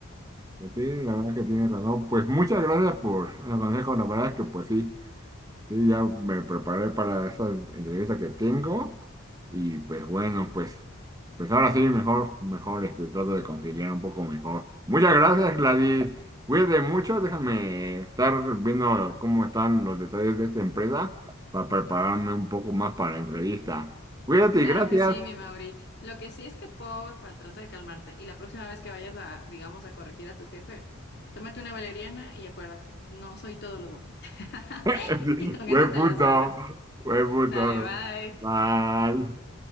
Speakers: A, on the right; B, on the left.
A: pues sí, la verdad que tiene razón. Pues muchas gracias por el consejo. La verdad es que pues sí, sí, ya me preparé para esa entrevista que tengo. Y pues bueno, pues, pues ahora sí, mejor, mejor este, trato de conciliar un poco mejor. Muchas gracias, Gladys. Cuídate mucho. Déjame estar viendo cómo están los detalles de esta empresa para prepararme un poco más para la entrevista. Cuídate
B: Claro
A: y gracias.
B: que sí, mi Mauri. Lo que sí es que porfa, trata de calmarte. Y la próxima vez que vayas a, digamos, a corregir a tu jefe, tómate una valeriana y acuérdate, no soy todólogo. <laughs>
A: <laughs>
B: Y con
A: Buen
B: eso te
A: punto,
B: las salvas.
A: buen punto.
B: Dale, bye.
A: Mal.